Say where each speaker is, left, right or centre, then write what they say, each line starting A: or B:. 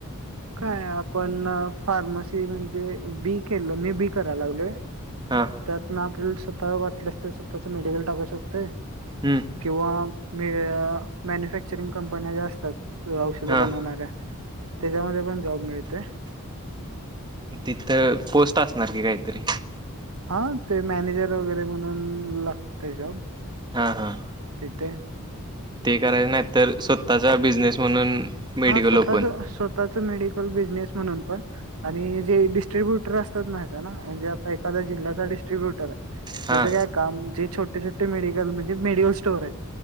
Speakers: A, on the right (about 70°); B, on the right (about 20°).
A: काय आपण फार्मसी म्हणजे बी केलं मी बी करायला लागलोय
B: हा
A: त्यातन आपल्याला स्वतः वाटल्यास ते स्वतःच मेडिकल टाकू शकते
B: हम्म
A: किंवा मे मॅन्युफॅक्चरिंग कंपन्या ज्या असतात औषध
B: हा
A: बनवणाऱ्या त्याच्यामध्ये पण जॉब मिळतोय
B: तिथं पोस्ट असणार की काहीतरी
A: हा ते मॅनेजर वगैरे म्हणून लागते जॉब
B: हा हा
A: ति ते
B: ते करायच नाहीत तर स्वतःचा बिझनेस म्हणून मेडिकल
A: हा स्वतःच
B: ओपन
A: स्वतःच मेडिकल बिझनेस म्हणून पण आणि जे डिस्ट्र्रीब्युटर असतात माय ना म्हणजे आता एखाद्या जिल्ह्याचा डिस्ट्रीब्युटर आहे
B: हां
A: त्याचं काय काम जे छोटे छोटे मेडिकल म्हणजे मेडिकल स्टोअर आहेत